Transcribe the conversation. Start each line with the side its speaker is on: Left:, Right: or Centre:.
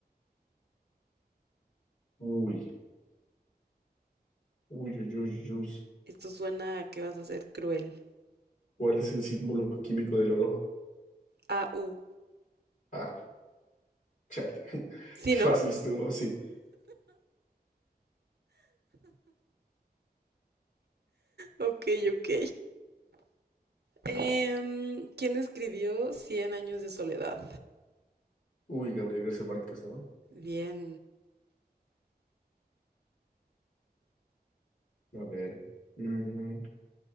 Left: uy, uy, uy, uy, uy.
Right: Esto suena a que vas a ser cruel.
Left: ¿Cuál es el símbolo químico del oro?
Right: A U.
Left: Ah, chale. <laughs>
Right: ¿Sí,
Left: Qué
Right: no?
Left: fácil estuvo, sí.
Right: Ok, ok. Em, ¿quién escribió Cien años de soledad?
Left: Uy, Gabriel García Márquez, ¿no?
Right: Bien.
Left: A ver. mm,